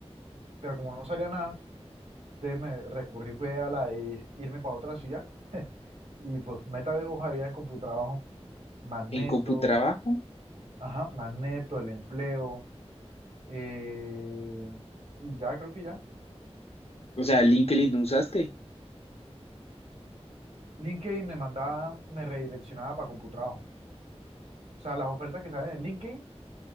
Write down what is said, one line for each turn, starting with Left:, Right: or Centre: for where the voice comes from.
Right: Pero como no salía nada, entonces me recurrí fue a la de irme para otra ciudad y pues meta de hoja había en computrabajo magneto,
Left: ¿En CompuTrabajo?
Right: ajá, magneto, el empleo, eh, y ya creo que ya.
Left: O sea, ¿LinkedIn no usaste?
Right: LinkedIn me mandaba, me redireccionaba para CompuTrabajo. O sea, las ofertas que salen en LinkedIn